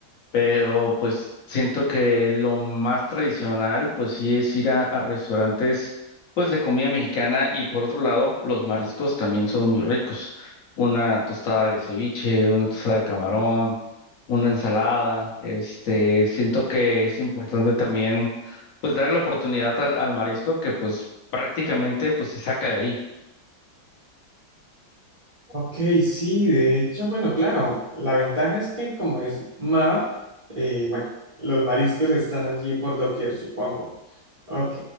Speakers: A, on the left; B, on the right.
A: pero pues siento que lo más tradicional pues sí es ir a, a restaurantes pues de comida mexicana y por otro lado los mariscos también son muy ricos. Una tostada de ceviche, una tostada de camarón, una ensalada, este, siento que es importante también pues darle la oportunidad al, al marisco que pues prácticamente pues se saca de ahí.
B: Ok, sí, de hecho, bueno, claro, la ventaja es que como es mar, eh, bueno, los mariscos están allí por doquier, supongo. Ok,